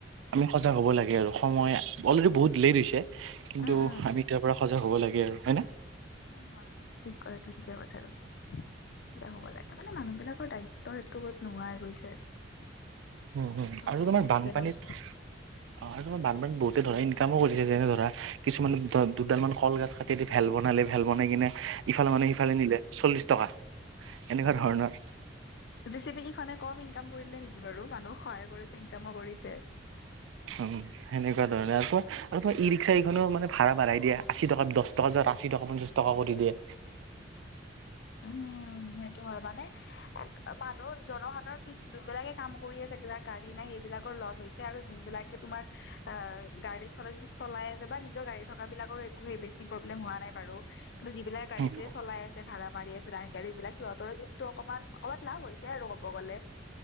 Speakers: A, on the right (about 80°); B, on the left (about 60°).
A: আমি সজাগ হ'ব লাগে আৰু সময় অলৰেডি বহুত লেট হৈছে আমি এতিয়াৰপৰা
B: উম উম
A: সজাগ হ'ব লাগে আৰু হয় নে
B: উম হয় হয় হয় ঠিক কয় ঠিকে কৈছা তুমি সেয়া হ'ব লাগে তামানে মানুহবিলাকৰ দায়িত্ব সেটো নোহোৱাই গৈছে
A: উম উম
B: চবে
A: আৰু তোমাৰ বানপানীত
B: বেলেগক ভৰষা কৰে
A: অ আৰু বান পানীত বহুতে ধৰা ইনকামো কৰিছে যেনে ধৰা কিছুমানে দ দুডাল মান কল গাছ কাট টিদি ভেল বনালি ভেল বনাই কিনে ইফালৰ মানুহে সিফালে নিলে চল্লিশ টকা এনেকুৱা ধৰণৰ
B: জেচিপি কেইখনে কম ইনকাম কৰিলে নেকি বাৰু মানুহ সহায় কৰিছে ইনকামো কৰিছে
A: অ সেনেকুৱা ধৰণে আৰু কোৱা আৰু তোমাৰ ই ৰিক্সােকেইখনো মানে ভাড়া মাৰাই দিয়া আশী টকাত দচ টকা যা আশী টকা মান টকাকো দি দিয়ে
B: উম সেইটো হয় মানে এ মানুহ জনসাধাৰণ কিছ যোনবিলাকে কাম কৰি আছে কিবা গাড়ী নাই সেইবিলাকৰ লছ হৈছে আৰু যোনবিলাকে তোমাৰ আ গাড়ী চলাইছে চলাই আছে বা নিজৰ গাড়ী থকা বিলাকৰো একো সেই বেছি প্ৰব্লেম হোৱা নাই বাৰু কিন্তু যিবিলাকে গাড়ী
A: উম,
B: চাৰি চলাই আছে ভাড়াত মাৰি আছে দাই গাড়ীবিলাক সিহঁতৰ কিন্তু অকমান অকমান লাভ হৈছে আৰু ক'ব গ'লে